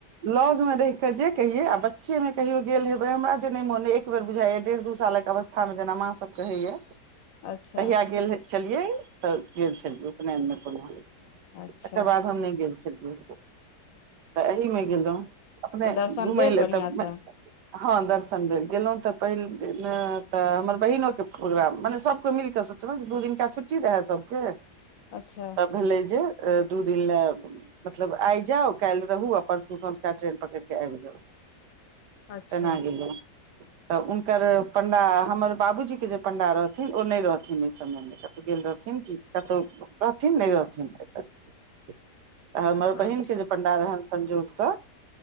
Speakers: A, on the right (about 80°); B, on the left (about 60°).
A: लगमे रहिके जे कहियै आ बच्चेमे कहियो गेल हेबै हमरा जे नहि मन एक बेर बुझाइय डेढ़ दू सालक अवस्था। खिसा मे जेना माँ सभके कहाइए।
B: अच्छा
A: कहिया गेल छलियै तऽ गेल छलियै उपनयनमे कोनो।
B: अच्छा
A: एकर बाद हम नहि गेल छलियै, तऽ एहि मे गेलहुँ अपने
B: दर्शन
A: घुमै
B: भेल
A: लए
B: बढ़िआँ
A: तब।
B: सँ
A: हँ, दर्शन भेल गेलहुँ तऽ पहिल दिन तऽ हमर बहिनोके प्रोग्राम मने सभके मिलि कऽ। दू दिन का छुट्टी रहै सभके।
B: अच्छा।
A: त भेलै जे दू दिन ले मतलब आइ जाउ काल्हि रहु अपन। सुसंझका ट्रेन पकड़के आबि गेल
B: अच्छा
A: तेना गेल। तऽ हुनकर पंडा हमर बाबूजीके जे पंडा रहथिन ओ नहि रहथिन ओहि समय मे कत गेलेल रहथिन कि कतहु रहथिन नहि रहथिन एतऽ। त हमर बहिनक
B: अच्छा
A: के जे पंडा रहनि संयोगसँ।